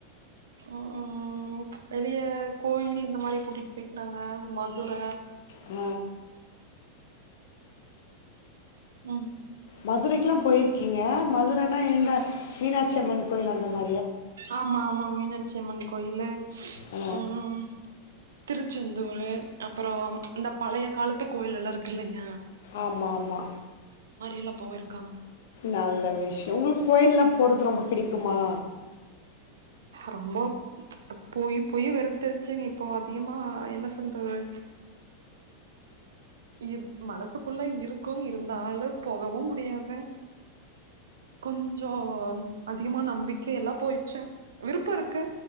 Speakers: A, on the right; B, on the left.
A: ம் வெளிய கோயில் இந்த மாரி கூட்டிட்டு போய்கிறாங்க மதுர
B: ஆ
A: ம்
B: மதுரைக்குலா போயிருகி ங்க மதுரனா எங்க மீனாட்ச்சி அம்மன் கோயில் அந்த மா
A: ஆமா ஆமா மீனாட் ச்சி அம்மன் கோயிலு
B: ஆ
A: ம் திருச்செந்தூரு அப்பறோ இந்த பழைய காலத்து கோயில் எல்லா இரு இல்லங்யா
B: ஆமா ஆமா
A: எல்லா போயிருக்காங்க
B: நல்ல விஷ்யொ உங்களுக் கோயில்லா போறது ரொம்ப பிடிக்குமா?
A: ரொம்ப போயி போயி வெறுத்துருச்சுங்க இப்ப அதிகமா என்ன சொல்றது இ மனசுகுள்ள இருக்கும் இருந்தாலு போகவு முடியாது கொஞ்சோ அதிகமா நம்பிக்கையல்லா போயிட்ச்சா விருப்ப இருக்கு